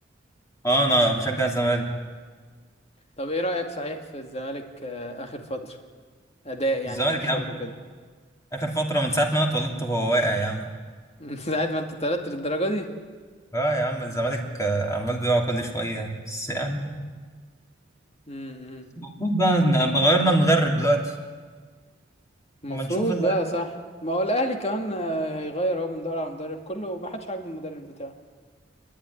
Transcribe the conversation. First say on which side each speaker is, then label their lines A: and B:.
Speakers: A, on the left; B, on the left.
A: اه انا بشجع الزمالك
B: طب ايه رأيك صحيح في الزمالك آه، آخر فترة أداء يعني
A: الزمالك
B: ماتشات
A: يا عم
B: وكده
A: اخر فتره من ساعه ما انا اتولدت هو واقع يا عم
B: <laughs> من ساعة ما انت اتولدت للدرجة دي
A: اه يا عم الزمالك آه، عمال بيقع كل شوية بس يعني
B: امم
A: المفروض بقى إن- غيرنا المدرب دلوقتي
B: المفروض
A: ما نشوف اللي
B: بقى صح ما هو الأهلي كمان آه، هيغير هو من دور على مدرب كله ما حدش عاجبه المدرب بتاعه